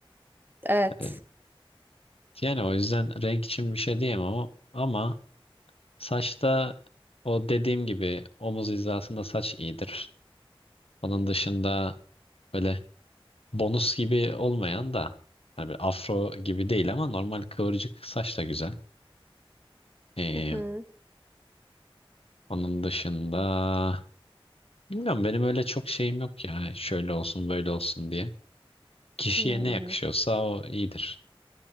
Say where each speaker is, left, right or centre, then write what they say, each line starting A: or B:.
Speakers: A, on the right; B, on the left.
A: Evet.
B: E, Yani o yüzden renk için bir şey diyemem ama, ama saçta o dediğim gibi omuz hizasında saç iyidir. Onun dışında böyle bonus gibi olmayan da hani bir afro gibi değil ama normal kıvırcık saç da güzel. Ee,
A: Hı hı.
B: onun dışında bilmiyorum benim öyle çok şeyim yok ya şöyle olsun böyle olsun diye. Kişiye
A: Hmm.
B: ne yakışıyorsa o iyidir.